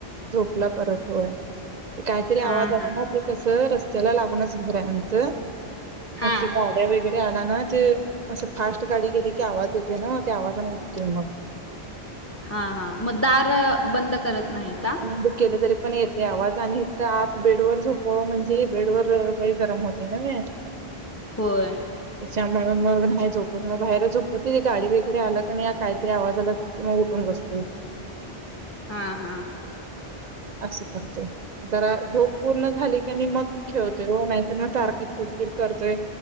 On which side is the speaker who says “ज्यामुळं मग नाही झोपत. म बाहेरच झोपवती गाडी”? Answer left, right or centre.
Right